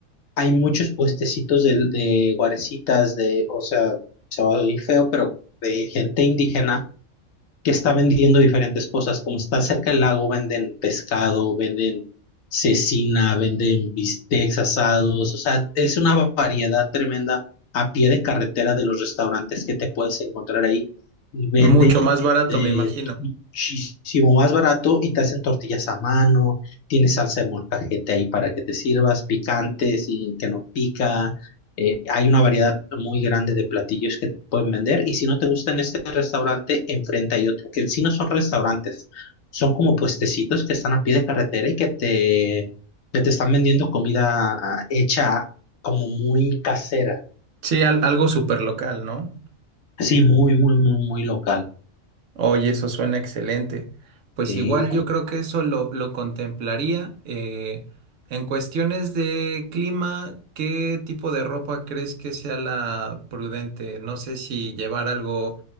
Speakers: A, on the left; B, on the right.
A: hay muchos puestecitos de, de guarecitas, de, o sea, se va a oír feo, pero de gente indígena que está vendiendo diferentes cosas. Como está cerca del lago, venden pescado, venden cecina, venden bistecs asados. O sea, es una variedad tremenda a pie de carretera de los restaurantes que te puedes encontrar ahí. Y venden
B: Mucho más barato,
A: eh,
B: me imagino.
A: muchísimo más barato y te hacen tortillas a mano, tienes salsa de molcajete ahí para que te sirvas, picantes y que no pica. eh, hay una variedad muy grande de platillos que te pueden vender y si no te gusta en este restaurante, enfrente hay otro, que en sí no son restaurantes, son como puestecitos que están a pie de carretera y que te, que te están vendiendo comida ah, hecha como muy casera,
B: Sí, al- algo súper local, ¿no?
A: sí muy, muy, muy, muy local.
B: Oye, eso suena excelente. Pues
A: Sí.
B: igual yo creo que eso lo, lo contemplaría. eh, en cuestiones de clima, ¿qué tipo de ropa crees que sea la prudente? No sé si llevar algo